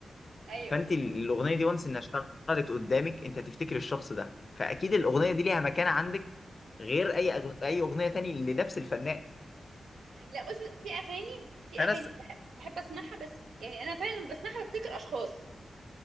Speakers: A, on the right; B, on the left.
A: ايوه
B: فانت الاغنيه دي وانس انها اشتغلت قدامك انت هتفتكر الشخص ده فاكيد الاغنيه دي ليها مكان عندك غير اي أغ... اي اغنيه تاني لنفس الفنان
A: لا بص في اغاني في
B: فانا
A: اغاني
B: س...
A: بح- بحب اسمعها بس يعني انا فعلا لما بسمعها بفتكر اشخاص